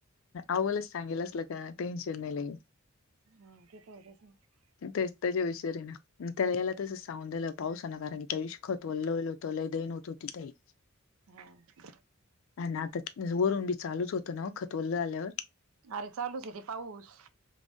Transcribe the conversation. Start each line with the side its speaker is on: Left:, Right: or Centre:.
Left: आवलाच सांगेलच ल का टेन्शन नाही नाही.
Right: हा ते तर होतच ना
Left: तेचतच विचरे ना त्याला याला तसच सांगून दलं पावसान कारण कि त इष्क होतो लोल होतो लय दन होतो तिथही
Right: हा
Left: ना आता वरून बी चालूच होतं ना खतोललं आल्यावर
Right: अरे चालूच येत पाऊस